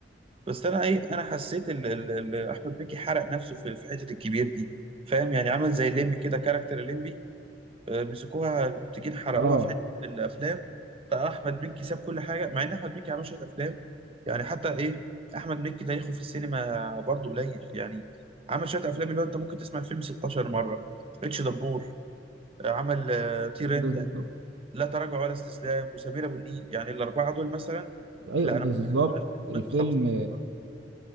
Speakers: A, on the right (about 30°); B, on the right (about 75°).
A: بس انا ايه انا حسيت ال ال ال احمد مكي حرق نفسه في في حتة الكبير دي فاهم يعني عمل زي الليمبي كده كاركتر الليمبي آه، مسكوها المنتجين حرقوها
B: اه
A: في حته الافلام فاحمد مكي ساب كل حاجه مع ان احمد مكي عمل شويه افلام يعني حتى ايه احمد مكي تاريخه في السينما برضه قليل يعني عمل شويه افلام اللي هو انت ممكن تسمع الفيلم 16 مره اتش دبور آه، عمل آه، طير
B: بالظبط
A: انت لا تراجع ولا استسلام وسمير ابو النيل يعني الاربعه دول مثلا
B: ايوه
A: لا
B: بالظبط
A: انا ممكن اسمع الفيلم
B: الفيلم
A: 15 مره